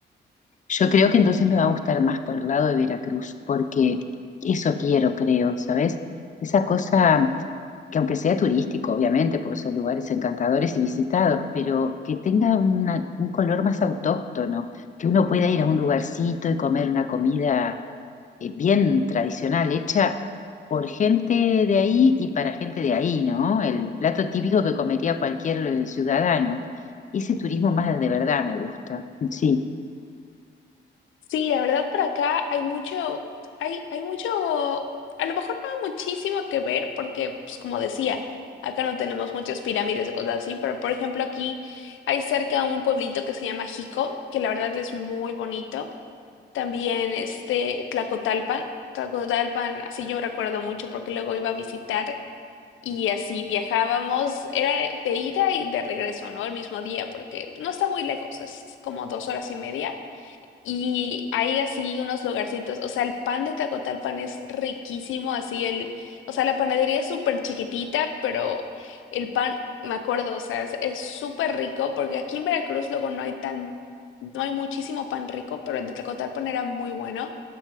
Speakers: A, on the left (about 40°); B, on the left (about 80°).
A: yo creo que entonces me va a gustar más por el lado de Veracruz, porque eso quiero, creo, ¿sabes? Esa cosa que aunque sea turístico, obviamente, por esos lugares encantadores y visitados, pero que tenga una- un color más autóctono, que uno pueda ir a un lugarcito y comer una comida eh, bien tradicional, hecha por gente de ahí y para gente de ahí, ¿no? El plato típico que comería cualquier eh, ciudadano. Ese turismo más de verdad me gusta, sí.
B: Sí, la verdad por acá hay mucho, hay, hay mucho, a lo mejor no muchísimo que ver porque, pues como decía, acá no tenemos muchas pirámides y cosas así, pero por ejemplo aquí hay cerca un pueblito que se llama Jico, que la verdad es muy bonito. También este Tlacotalpan, Tlacotalpan, así yo recuerdo mucho porque luego iba a visitar. Y así viajábamos, era de ida y de regreso, ¿no? El mismo día, porque no está muy lejos, es como dos horas y media. Y hay así unos lugarcitos, o sea, el pan de Tacotalpan es riquísimo, así el, o sea, la panadería es súper chiquitita, pero el pan, me acuerdo, o sea, es, es súper rico, porque aquí en Veracruz luego no hay tan, no hay muchísimo pan rico, pero el de Tacotalpan era muy bueno.